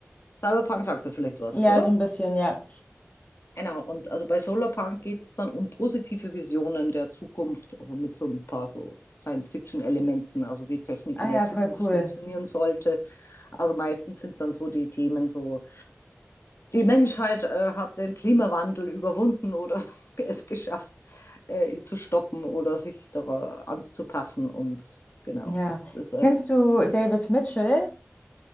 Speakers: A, on the left; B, on the left.
A: Cyberpunk sagt ja vielleicht was,
B: Ja,
A: oder?
B: so ein bisschen, ja.
A: Genau, und also bei Solarpunk geht es dann um positive Visionen der Zukunft, also mit so ein paar so Science-Fiction-Elementen, also wie Technik
B: Ah
A: in der
B: ja,
A: Zukunft
B: voll cool.
A: funktionieren sollte. Also meistens sind dann so die Themen so die Menschheit äh, hat den Klimawandel überwunden oder <laughs> es geschafft, äh, ihn zu stoppen oder sich daran anzupassen. Und genau,
B: Ja.
A: also es ist äh,
B: Kennst du David Mitchell?